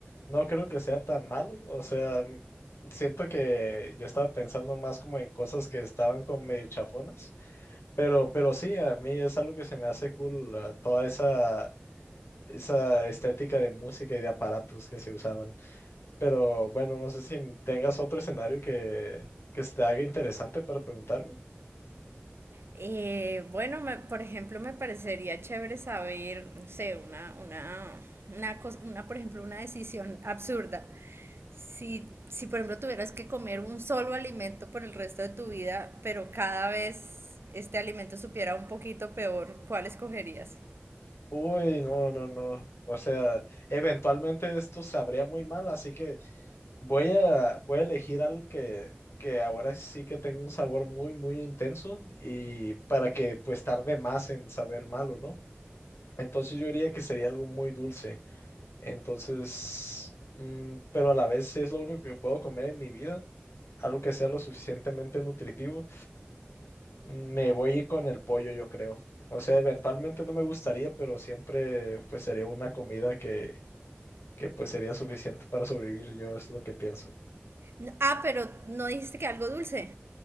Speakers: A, on the left; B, on the right.
A: no creo que sea tan malo. O sea, mm, siento que yo estaba pensando más como en cosas que estaban como medio chafonas. Pero, pero sí, a mí es algo que se me hace cool, eh, toda esa, esa estética de música y de aparatos que se usaban. Pero bueno, no sé si tengas otro escenario que, que se te haga interesante para preguntarme.
B: Eh, bueno, me- por ejemplo, me parecería chévere saber, no sé, una, una, una, cos- una, por ejemplo, una decisión absurda. Si, si, por ejemplo, tuvieras que comer un solo alimento por el resto de tu vida, pero cada vez este alimento supiera un poquito peor, ¿cuál escogerías?
A: Uy, no, no, no. O sea, eventualmente esto sabría muy mal, así que voy a, voy a elegir algo que, que ahora sí que tenga un sabor muy, muy intenso y para que pues tarde más en saber malo, ¿no? Entonces yo diría que sería algo muy dulce. Entonces, mm, pero a la vez es lo único que puedo comer en mi vida, algo que sea lo suficientemente nutritivo Me voy con el pollo, yo creo. O sea, eventualmente no me gustaría, pero siempre pues sería una comida que, que pues sería suficiente para sobrevivir, yo es lo que pienso.
B: No, ah, pero no dijiste que algo dulce.